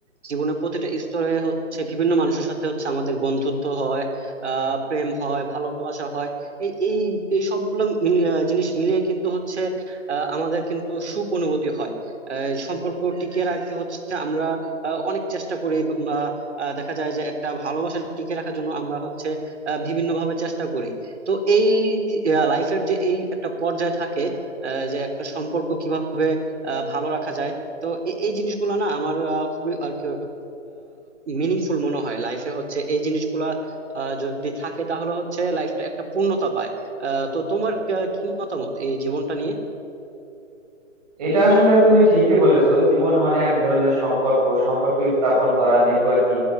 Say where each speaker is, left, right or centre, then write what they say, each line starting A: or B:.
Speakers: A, on the right (about 55°); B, on the right (about 30°).
A: জীবনের প্রতিটা স্তরে হচ্ছে বিভিন্ন মানুষের সাথে হচ্ছে আমাদের বন্ধুত্ব হয় আহ প্রেম হয় ভালোবাসা হয় এই এই এই সবগুলো মিলি- আহ, জিনিস মিলিয়ে কিন্তু হচ্ছে আহ, আমাদের কিন্তু সুখ অনুভূতি হয় আহ, সম্পর্ক টিকিয়ে রাখতে হচ্ছে আমরা আহ, অনেক চেষ্টা করি আহ দেখা যায় যে একটা ভালোবাসা টিকে রাখার জন্য আমরা হচ্ছে আহ বিভিন্ন ভাবে চেষ্টা করি তো এই লাইফের যে এই একটা পর্যায় থাকে আহ যে একটা সম্পর্ক কিভাবে আহ ভালো রাখা যায় তো এ- এই জিনিসগুলো না আমার আহ, খুবই আর কি মিনিংফুল মনে হয় লাইফে হচ্ছে এই জিনিসগুলা আহ, যদি থাকে তাহলে হচ্ছে লাইফটা একটা পূর্ণতা পায় আহ, তো তোমার আহ, কি মতামত এই জীবনটা নিয়ে
B: এটা আসলে তুমি ঠিকই বলেছো জীবন মানে এক ধরনের সম্পর্ক সম্পর্ক স্থাপন করা নেটওয়ার্কিং